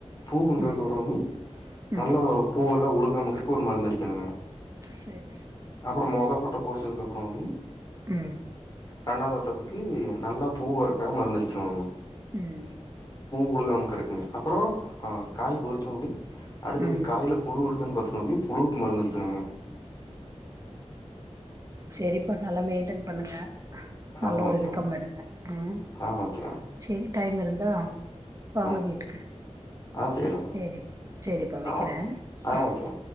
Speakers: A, on the left; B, on the right.
A: பூ வந்ததுக்கப்பறோ
B: ம்
A: மாமி
B: ம்
A: நல்லா பூ எல்லா உழுகாமிக்கிறக்கு ஒரு மருந்து அடிக்கணுங் <unintelligible>
B: சேரி சேரி
A: அப்பறோ மொத <unintelligible> பொறிச்சதுக்கப்பறோ மாமி
B: உம்
A: ரெண்டாவ் தோட்டத்துக்கு நல்லா பூ வரக்காக மருந்தடிக்கணு மாமி
B: உம்
A: உழுகாமிக்கருக்குங்க அப்பறோ ஆஹ் காய் பொறிச்சு மாமி அடுத்தது
B: ம்
A: காய்ல புழு இருக் கா பாத்துக்கோங்மி புழுவுக்கு மருந்து அடிக்கணுங்க
B: செரிப்பா நல்லா மெய்ன்டன் பண்ணுங்க நல்ல
A: ஆ
B: ஒரு
A: ஓகே
B: இன்கம்
A: மாமி
B: எடுங்க ம்
A: ஆ ஓகே மாமி
B: செரி டைம் இருந் தா வாங்க
A: ஆ
B: வீட்டுக்கு
A: ஆ சேரி மாமி
B: செரி செரிப்பா வெக்கறே
A: ஆ ஓகே ஆ
B: ஆஹ்
A: ஓகே மாமி